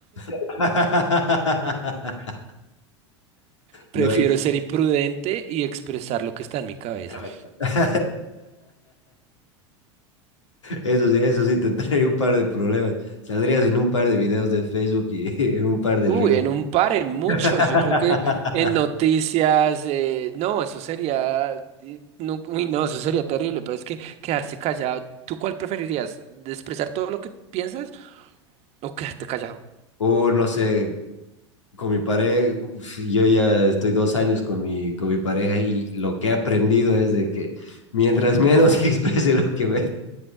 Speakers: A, on the left; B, on the right.
A: <laughs>
B: Prefiero
A: No, y-
B: ser imprudente y expresar lo que está en mi cabeza.
A: <laughs> Eso sí, eso sí te trae un par de problemas. Saldrías en un par de videos de Facebook y <laughs> en un par de
B: Uy,
A: reels.
B: en un par, en muchos.
A: <laughs>
B: Yo creo que en noticias, eh, no, eso sería, eh, no, uy, no, eso sería terrible, pero es que quedarse callado. ¿Tú cuál preferirías? ¿De ¿Expresar todo lo que piensas o quedarte callado?
A: O no sé, con mi pareja, yo ya estoy dos años con mi, con mi pareja y lo que he aprendido es de que mientras menos <laughs> exprese lo que ve,